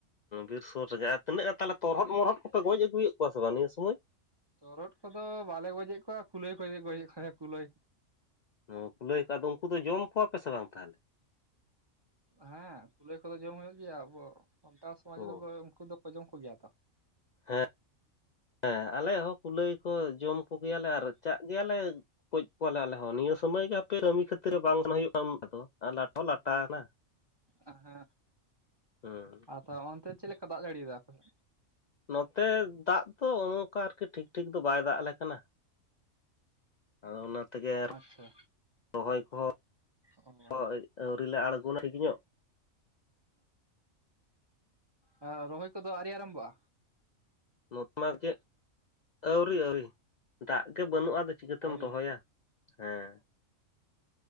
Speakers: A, on the left; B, on the right.
A: ᱵᱤᱨ ᱥᱩᱨ ᱨᱮᱜᱮ ᱟᱨ ᱛᱤᱱᱟᱹᱜ ᱛᱟᱦᱚᱞᱮ ᱛᱚᱨᱦᱚᱫ ᱢᱚᱨᱦᱚᱫ ᱠᱚᱯᱮ ᱜᱚᱡ ᱟᱹᱜᱩᱭᱮᱫ ᱠᱚᱣᱟ ᱥᱮ ᱵᱟᱝ ᱱᱤᱭᱟᱹ ᱥᱚᱢᱚᱭ
B: ᱛᱚᱨᱚᱴ ᱠᱚᱫᱚ ᱵᱟᱞᱮ ᱜᱚᱡᱮᱫ ᱠᱚᱣᱟ ᱠᱩᱞᱟᱹᱭ ᱠᱚ ᱜᱚᱡᱮᱫ ᱠᱚᱣᱟᱞᱮ ᱠᱩᱞᱟᱹᱭ
A: ᱦᱩ ᱠᱩᱞᱟᱹᱭ ᱠᱚ ᱟᱫᱚ ᱩᱱᱠᱩ ᱫᱚ ᱡᱚᱢ ᱠᱚᱣᱟᱯᱮ ᱥᱮᱮ ᱵᱟᱝ ᱛᱟᱦᱚᱞᱮ?
B: ᱦᱮᱸ ᱠᱩᱞᱟᱹᱭ ᱠᱚᱫᱚ ᱡᱚᱢ ᱦᱩᱭᱩᱜ ᱜᱮᱭᱟ ᱟᱵᱚ ᱥᱟᱱᱛᱟᱲ ᱥᱚᱢᱟᱡᱽ
A: ᱚ
B: ᱨᱮᱫᱚ ᱩᱱᱠᱩ ᱫᱚᱠᱚ ᱡᱚᱢ ᱠᱚᱜᱮᱭᱟ ᱛᱚ
A: ᱦᱮᱸ ᱦᱮᱸ ᱟᱞᱮ ᱦᱚᱸ ᱠᱩᱞᱟᱹᱭ ᱠᱚ ᱡᱚᱢ ᱠᱚᱜᱮᱭᱟᱞᱮ ᱟᱨ ᱪᱟᱜ ᱜᱮᱭᱟᱞᱮ ᱜᱚᱡ ᱠᱚᱣᱟᱞᱮ ᱟᱞᱮ ᱦᱚᱸ ᱱᱤᱭᱟᱹ ᱥᱚᱢᱚᱭ ᱜᱮ ᱟᱯᱮ ᱨᱟᱹᱢᱤ ᱠᱷᱟᱹᱛᱤᱨ ᱵᱟᱝ ᱦᱩᱭᱩᱜ ᱠᱟᱱᱟ ᱫᱚ ᱟᱨ ᱞᱟᱴ ᱦᱚᱸ ᱞᱟᱴᱟᱱᱟ
B: ᱟ ᱦᱟ
A: ᱦᱮᱸ
B: ᱟᱫᱚ ᱚᱱᱛᱮ ᱪᱮᱫ ᱞᱮᱠᱟ ᱫᱟᱜ ᱡᱟᱲᱤᱭᱮᱫᱟ ᱟᱯᱮᱥᱮᱫ? <unintelligible>
A: ᱱᱚᱛᱮ ᱫᱟᱜ ᱫᱚ ᱱᱚᱝᱠᱟ ᱟᱨᱠᱤ ᱴᱷᱤᱠ ᱴᱷᱤᱠ ᱫᱚ ᱵᱟᱭ ᱫᱟᱜ ᱟᱞᱮ ᱠᱟᱱᱟ ᱟᱫᱚ ᱚᱱᱟ ᱛᱮᱜᱮ
B: ᱟᱪᱪᱷᱟ
A: ᱨᱚᱦᱚᱭ ᱠᱚᱦᱚᱸ
B: ᱚ
A: <unintelligible> ᱟᱹᱣᱨ ᱞᱮ ᱮ ᱟᱬᱜᱚᱱᱟ ᱦᱤᱠ ᱧᱚᱜ
B: ᱦᱮᱸ ᱟᱨ ᱨᱚᱦᱚᱭ ᱠᱚᱫᱚ ᱟᱹᱣᱨᱤ ᱟᱨᱟᱢᱵᱚᱜᱼᱟ
A: ᱛᱚ ᱢᱟ ᱪᱮᱫ ᱟᱹᱣᱨᱤ ᱟᱹᱣᱨᱤ ᱫᱟᱜ ᱜᱮ ᱵᱟᱹᱱᱩᱜᱼᱟ ᱟᱫᱚ ᱪᱤᱠᱟᱹᱛᱮᱢ
B: ᱟᱹᱣᱨᱤᱭᱟ?
A: ᱨᱚᱦᱚᱭᱟ ᱦᱮᱸ